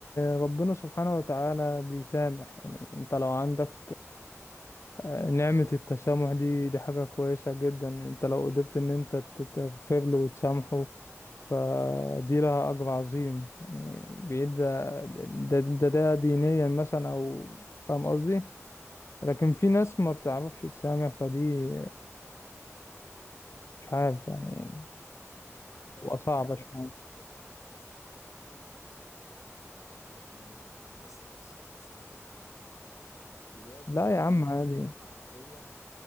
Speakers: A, on the left; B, on the left.
A: ربنا سبحانه وتعالى بيسامح يعني انت لو عندك آه، نعمة التسامح دي دي حاجة كويسة جدا انت لو قدرت ان انت تغفر له وتسامحه فدي لها أجر عظيم يعني بيدى ده, ده, ده دينيا مثلا أو فاهم قصدي لكن في ناس ما بتعرفش تسامح فدي مش عارف يعني
B: <laughs> هي
A: بتبقى
B: فعلا
A: صعبة شوية
B: دي دي فعلا بتبقى صعبة شوية طب سو- سؤال تاني أنا عارف إن أنا اللي بسألك سؤال أسئلتي كتير النهاردة دلوقتي
A: لا
B: لو
A: يا عم
B: أنت
A: عادي
B: حرفيا